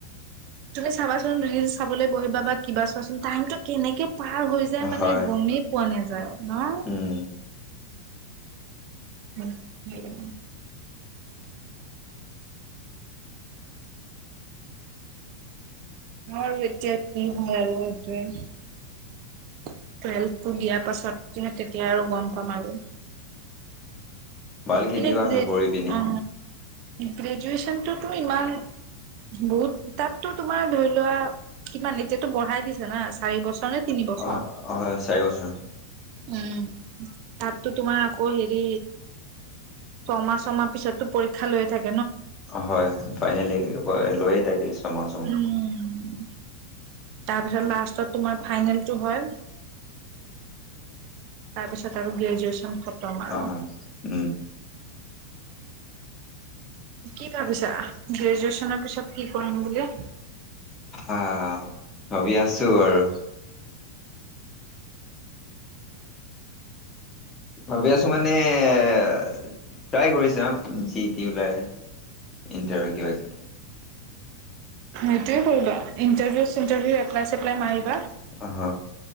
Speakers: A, on the right; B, on the left.
A: তুমি চাবাচোন ৰিলচ চাবলৈ বহিবা বা কিবা চোৱাচোন টাইমটো কেনেকে পাহৰ হৈ যায় মানে
B: হয়
A: গমেই পোৱা নাযায় ন'।
B: উম
A: <unintelligible> বাৰু এতিয়া কি হয় আৰু সেটোৱে, টুৱেলভটো দিয়াৰ পাছত তেতিয়া আৰু গম পাম আৰু।
B: ভালকে
A: এনে
B: দিবা আৰু
A: নে
B: পঢ়ি পিনি
A: আ গ্ৰেজুৱেচনতুটো ইমান বহুত তাততো তোমাৰ ধৰি লোৱা কিমান এতিয়াতো বঢ়াই দিছো না। চাৰি বছৰ নে তিনি বছৰ?
B: অ হয় চাৰি বছৰ
A: উম তাততো তোমাৰ আকৌ হেৰি ছমাহ ছমাহ পিছতো পৰীক্ষা লৈ থাক
B: হয় ফাইনেলি লৈয়ে থাকে। ছমাহ ছমাহ
A: উম। তাৰপিছত লাষ্টত তোমাৰ ফাইনেলটো হয়। তাৰপিছত আৰু গ্ৰেজুৱেচন খতম আৰু।
B: অ' হয়। উম।
A: কি ভাবিছা? গ্ৰেজুৱেচনৰ পিছত কি কৰিম বুলি?
B: হা ভাবি আছো আৰু। ভাবি আছো মানে ট্ৰাই কৰি চাওঁ, যি তি ওলাই। ইণ্টৰভিউ কিবা কিবি।
A: সেইটোয়ে কৰিবা ইণ্টাৰভিউ চিন্তাৰভিউ এপ্লাই চেপ্লাই মাৰিবা।
B: অহ।